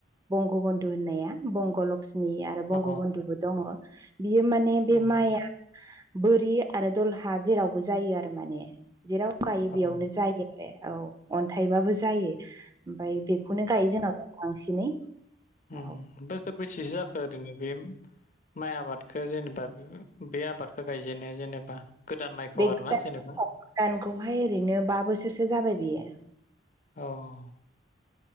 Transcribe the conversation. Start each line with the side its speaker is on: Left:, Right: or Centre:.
Right: बंग बन्धु होननाया बंग' लक्ष्मि आरो
Left: अ
Right: बंग बधुबो दङ बियो माने बे
Left: उम
Right: माइआ बोरि आरो दलहा जेरावबो जायो आरो माने जेराव गायो
Left: अ
Right: बेयावनो
Left: उम
Right: जायो। ए औ अन्थाइबाबो जायो ओमफाय बेखौनो गायो जोंनाव दा बांसिनै।
Left: उम
Right: औ
Left: बोसोर बैसेसो जाखो ओरैनो बे? माइ आबादखो जेनेबा बे आबादखौ गायजेनो जेनेबा गोदान माइखौ
Right: बे गोदान
Left: आरोना जेनेबा
Right: गोदानखौहाय ओरैनो बा बोसोरसो जाबाय बेयो
Left: औ